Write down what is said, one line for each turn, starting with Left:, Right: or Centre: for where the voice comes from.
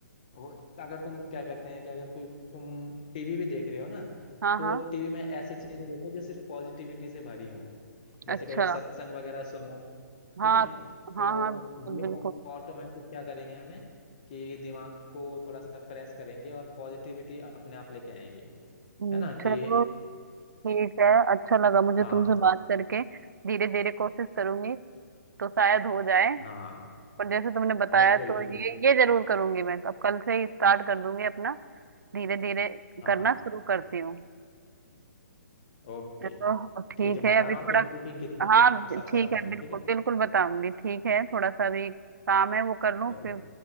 Left: वो अगर तुम क्या कहते हैं कि अगर कोई तुम टीवी भी देख रहे हो ना
Right: हाँ
Left: तो
Right: हाँ
Left: टीवी में ऐसी चीजें देखो जो सिर्फ पॉजिटिविटी से भरी हो जैसे
Right: अच्छा
Left: कई बार सत्संग वगैरह सुनो
Right: हाँ
Left: ठीक है तो
Right: हाँ हाँ बिल्कुल
Left: ये
Right: बिल्कुल
Left: ऑटोमेटिक क्या करेंगे हमें कि दिमाग को थोड़ा सा फ्रेश करेंगे और पॉजिटिविटी अपने आप लेके आएंगे
Right: हम्म,
Left: है ना
Right: चलो
Left: कि
Right: ठीक है अच्छा लगा मुझे
Left: हाँ
Right: तुमसे बात करके धीरे धीरे कोशिश करूंगी तो शायद हो जाए
Left: हाँ
Right: पर जैसे तुमने बताया
Left: बिल्कुल
Right: तो
Left: बिल्कुल
Right: ये ये जरूर करूंगी मैं अब कल से ही स्टार्ट कर दूंगी अपना धीरे धीरे
Left: हाँ
Right: करना शुरू करती हूँ
Left: ओके
Right: चलो ठीक
Left: ठीक है
Right: है
Left: बताना
Right: अभी थोड़ा
Left: और फिर मुझे कि कितना
Right: हाँ
Left: असर
Right: ठीक
Left: पड़ा
Right: है
Left: तुम्हें
Right: बिल्कुल
Left: ठीक है
Right: बिल्कुल बताऊंगी ठीक है थोड़ा सा भी काम है वो कर लूँ
Left: चलो
Right: फिर